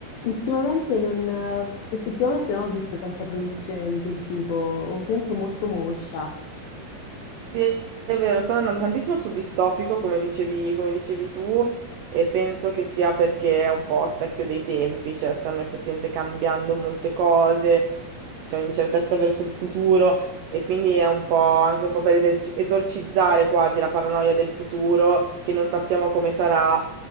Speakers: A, on the left; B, on the right.
A: ultimamente non, effettivamente non ho visto tanta produzione di quel tipo, o comunque molto moscia.
B: Sì, è vero, stanno andando tantissimo sul distopico, come dicevi, come dicevi tu, e penso che sia perché è un po' a specchio dei tempi, cioè stanno effettivamente cambiando molte cose, c'è un'incertezza verso il futuro e quindi è un po' anche un po' per eserci- esorcizzare quasi la paranoia del futuro, che non sappiamo come sarà,